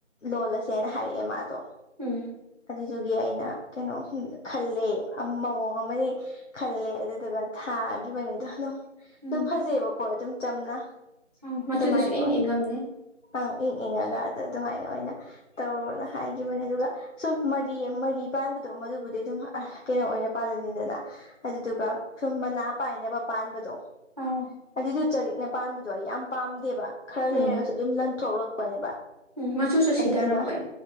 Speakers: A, on the left; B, on the right.
A: ꯂꯣꯜꯂꯁꯦꯅ ꯍꯥꯏꯔꯛꯑꯦ ꯃꯥꯗꯣ
B: ꯎꯝ
A: ꯑꯗꯨꯗꯨꯒꯤ ꯑꯩꯅ ꯀꯩꯅꯣ ꯈꯜꯂꯦ ꯃꯑꯣꯡ ꯑꯃꯗꯤ ꯈꯜꯂꯦ ꯑꯗꯨꯗꯨꯒ ꯊꯥꯈꯤꯕꯅꯤꯗ ꯑꯗꯨꯝ
B: ꯎꯝ
A: ꯑꯗꯨꯝ ꯐꯖꯩꯕ ꯑꯗꯨꯝ ꯆꯝꯅ
B: ꯑꯪ ꯃꯆꯨꯗꯨꯁꯨ
A: ꯑꯗꯨꯃꯥꯏ
B: ꯏꯪ
A: ꯑꯣꯏꯅ
B: ꯏꯪꯉꯝꯅꯤ
A: ꯑ ꯏꯪꯏꯪ ꯑꯗꯨꯝꯃꯥꯏꯅ ꯑꯣꯏꯅ ꯇꯧꯔꯣꯅ ꯍꯥꯏꯒꯤꯕꯅꯦ ꯑꯗꯨꯒ ꯁꯨꯝ ꯃꯔꯤ ꯃꯔꯤ ꯄꯥꯟꯕꯣ ꯑꯗꯨꯕꯨꯗꯤ ꯑꯗꯨꯝ ꯑꯍ ꯀꯩꯅꯣ ꯑꯣꯏꯅ ꯄꯥꯜꯂꯅꯤꯗꯅ ꯑꯗꯨꯗꯨꯒ ꯁꯨꯝ ꯃꯅꯥ ꯄꯥꯏꯅꯕ ꯄꯥꯟꯕꯗꯣ
B: ꯑꯥꯎ
A: ꯑꯗꯨꯏꯗꯨ ꯆꯔꯤꯛꯅ ꯄꯥꯟꯕꯗꯣ ꯑꯩ ꯌꯥꯝ ꯄꯥꯝꯗꯦꯕ ꯈꯥꯔ
B: ꯎꯝ
A: ꯂꯩꯔꯒꯁꯨ ꯑꯗꯨꯝ ꯂꯟꯊꯣꯛꯂꯛꯄꯅꯦꯕ
B: ꯎꯝ ꯃꯆꯨꯁꯨ ꯁꯤꯊꯔꯛꯄꯩ
A: ꯑꯗꯨꯗꯨꯅ